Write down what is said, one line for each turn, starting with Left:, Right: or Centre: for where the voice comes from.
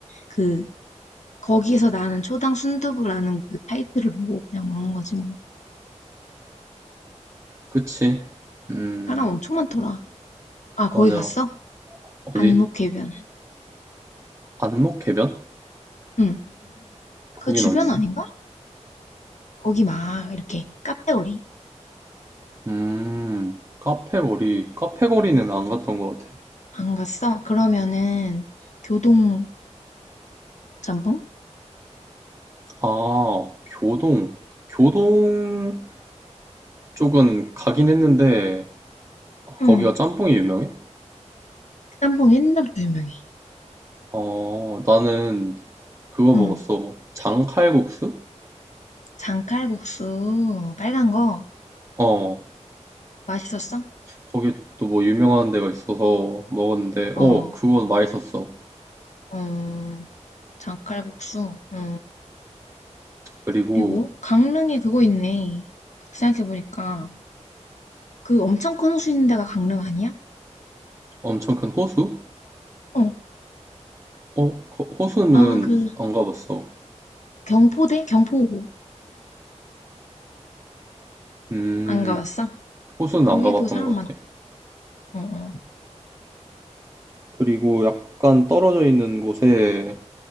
Left: 그 거기에서 나는 초당 순두부라는 그 타이틀을 보고 그냥 먹는 거지 뭐.
Right: 그치. 음
Left: 사람 엄청 많더라. 아, 거기
Right: 맞아.
Left: 갔어?
Right: 어디?
Left: 안목해변.
Right: 안목해변?
Left: 응.
Right: 거긴
Left: 그 주변
Right: 어디지?
Left: 아닌가? 거기 막 이렇게 카페거리.
Right: 음 카페거리. 카페거리는 안 갔던 것 같아.
Left: 안 갔어? 그러면은 교동 짬뽕?
Right: 아 교동. 교동 쪽은 가긴 했는데. 아, 거기가
Left: 응.
Right: 짬뽕이 유명해?
Left: 그 짬뽕 옛날부터 유명해.
Right: 어, 나는 그거 먹었어.
Left: 응.
Right: 장칼국수?
Left: 장칼국수 빨간 거
Right: 어,
Left: 맛있었어?
Right: 거기 또 뭐 유명한 데가 있어서 먹었는데, 어,
Left: 어.
Right: 그거 맛있었어.
Left: 어. 장칼국수. 어.
Right: 그리고
Left: 그리고 강릉에 그거 있네. 생각해보니까 그 엄청 큰 호수 있는 데가 강릉 아니야?
Right: 엄청 큰 호수?
Left: 어.
Right: 어, 거- 호수는
Left: 아, 그
Right: 안 가봤어.
Left: 경포대? 경포호.
Right: 음,
Left: 안 가봤어?
Right: 호수는
Left: 거기도
Right: 안 가봤던
Left: 사람
Right: 것
Left: 많다.
Right: 같아.
Left: 어, 어.
Right: 그리고 약간 떨어져 있는 곳에